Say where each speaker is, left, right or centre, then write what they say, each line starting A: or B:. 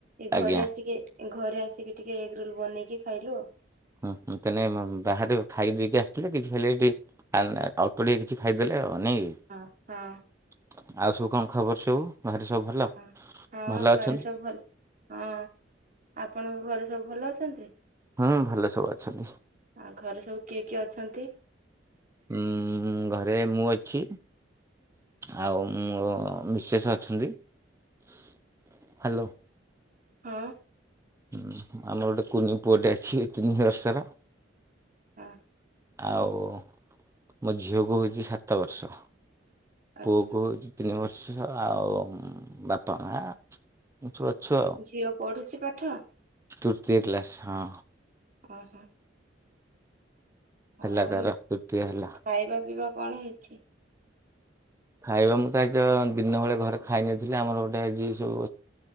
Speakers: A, on the right; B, on the right.
A: ଏ
B: ଆଜ୍ଞା।
A: ଘରେ ଆସିକି, ଘରେ ଆସିକି ଟିକେ ଏଗ୍ ରୋଲ୍ ବନେଇକି ଖାଇଲୁ ଆଉ।
B: ହୁଁହୁଁ, ତେଣେ ବାହାରେ ଖାଇପିଇକି ଆସିଥିଲେ କିଛି ଖାଲି ଏଇଠି <unintelligible> ଅଳ୍ପ ଟିକେ କିଛି ଖାଇଦେଲେ ଆଉ ନାଇଁ କି?
A: ହଁ ହଁ
B: ଆଉ ସବୁ କଣ ଖବର ସବୁ? ବାହାରେ ସବୁ ଭଲ,
A: ହଁ ହଁ
B: ଭଲ
A: ଘରେ
B: ଅଛନ୍?
A: ସବୁ ଭଲ ହଁ ଆପଣଙ୍କ ଘରେ ସବୁ ଭଲ ଅଛନ୍ତି?
B: ହୁଁ ଭଲ ସବୁ ଅଛନ୍ତି।
A: ଆଉ ଘରେ ସବୁ କିଏ କିଏ ଅଛନ୍ତି?
B: ଉଁ-ଉଁ-ଉଁ ଘରେ ମୁଁ ଅଛି। ଆଉ ମୋ ମିସେସ୍ ଅଛନ୍ତି, ହ୍ୟାଲୋ।
A: ହୁଁ।
B: ଉଁ ହୁଁ, ଆମର ଗୋଟେ କୁନି ପୁଅଟେ ଅଛି ଏ ତିନି ବର୍ଷର।
A: ଆ
B: ଆଉ ମୋ ଝିଅକୁ ହଉଛି ସାତ ବର୍ଷ,
A: ଆଚ୍ଛା
B: ପୁଅକୁ ହଉ ତିନି ବର୍ଷ ଆଉ-ଉ-ଉ ବାପା ମାଆ ଏମିତି ସବୁ ଅଛୁ।
A: ଝିଅ ପଢୁଛି ପାଠ?
B: ତୃତୀୟ କ୍ଲାସ୍ ହଁ।
A: ଉଁ ହୁଁ।
B: ହେଲା
A: ଆଉ
B: ତାର, ତୃତୀୟ ହେଲା।
A: ଖାଇବା ପିଇବା କଣ ହେଇଛି?
B: ଖାଇବା ମୁଁ ତ ଆଜି ତ ଦିନ ବେଳେ ଘରେ ଖାଇନଥିଲି ଆମର ଗୋଟେ ଆଜି ସୋ